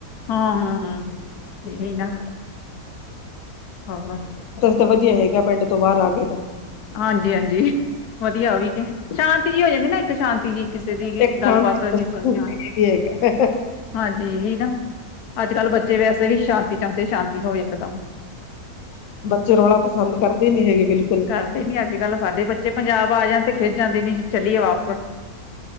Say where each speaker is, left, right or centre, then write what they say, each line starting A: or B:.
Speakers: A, on the left (about 85°); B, on the left (about 65°).
A: ਹਾਂ, ਹੂੰ, ਹੂੰ ਇਹੀ ਨਾ, ਹੋਰ‌
B: ਤੇ ਵਧੀਆ ਹੈਗਾ, ਪਿੰਡ ਤੋਂ ਬਾਹਰ ਆਗੇ ਤਾਂ।
A: ਹਾਂਜੀ-ਹਾਂਜੀ, ਵਧੀਆ ਉਹ ਵੀ ਤੇ, ਸ਼ਾਂਤੀ ਜਿਹੀ ਹੋ ਜਾਂਦੀ ਨਾ, ਇੱਕ ਸ਼ਾਂਤੀ ਜਿਹੀ। ਕਿਸੇ ਦੀ ਵੀ,
B: ਇੱਕ
A: ਗੱਲਬਾਤ
B: ਸ਼ਾਂਤੀ
A: ਨੀ ਸੁਨਣੀਆ
B: ਹੈਗੀ ਹੈਗਾ
A: ਹਾਂਜੀ, ਇਹੀ ਨਾ। ਅੱਜ-ਕੱਲ ਬੱਚੇ ਵੈਸੇ ਵੀ, ਸ਼ਾਂਤੀ ਚਾਹੁੰਦੇ, ਸ਼ਾਂਤੀ ਹੋਵੇ ਇੱਕਦਮ।
B: ਬੱਚੇ ਰੌਲਾ ਪਸੰਦ ਕਰਦੇ ਨੀ ਹੈਗੇ, ਬਿਲਕੁਲ।
A: ਕਦੇ ਨੀ ਅੱਜ-ਕੱਲ, ਸਾਡੇ ਬੱਚੇ ਪੰਜਾਬ ਆ ਜਾਣ ਤੇ ਖਿਝ ਜਾਂਦੇ ਨੇ ਜੀ, ਚੱਲੀਏ ਵਾਪਸ।